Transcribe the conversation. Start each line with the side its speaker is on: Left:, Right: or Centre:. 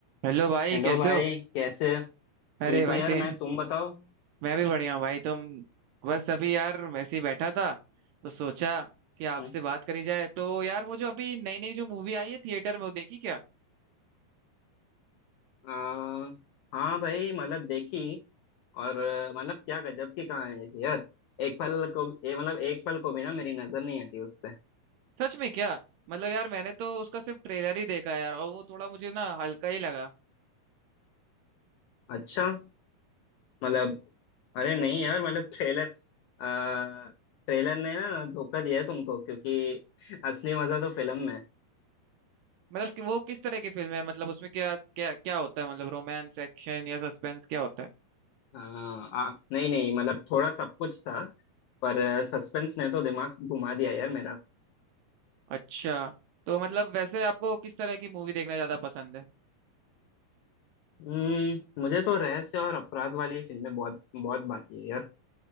Right: Hello भाई
Left: Hello
Right: कैसे
Left: भाई
Right: हो
Left: कैसे ठीक
Right: अरे भाई
Left: हूँ यार
Right: से
Left: मैं तुम बताओ
Right: मैं भी बढ़िया हूँ भाई तुम बस अभी यार वैसे ही बैठा था तो सोचा कि आपसे
Left: हम्म,
Right: बात करी जाए तो यार वो जो अभी नई नई जो मूवी आई है थिएटर में वो देखी क्या
Left: आ, हाँ भाई मतलब देखी और अ, मतलब क्या गजब की कहानी थी यार एक पल को ये मतलब एक पल को भी ना मेरी नजर नहीं हटी उससे
Right: सच में क्या मतलब यार मैंने तो उसका सिर्फ ट्रेलर ही देखा है यार और वो थोड़ा मुझे ना हल्का ही लगा
Left: अच्छा मतलब अरे नहीं यार मतलब ट्रेलर आ, ट्रेलर ने ना धोखा दिया है तुमको क्योंकि असली मजा तो फिल्म में है।
Right: मतलब कि वो किस तरह की फिल्म है मतलब उसमें क्या क्या क्या होता है मतलब रोमांस एक्शन या सस्पेंस क्या होता है
Left: आ, आ, नहीं नहीं मतलब थोड़ा सब कुछ था पर सस्पेंस ने तो दिमाग घुमा दिया यार मेरा
Right: अच्छा तो मतलब वैसे आपको किस तरह की मूवी देखना ज्यादा पसंद है
Left: हम्म मुझे तो रहस्य और अपराध वाली फिल्में बहुत बहुत भाती है यार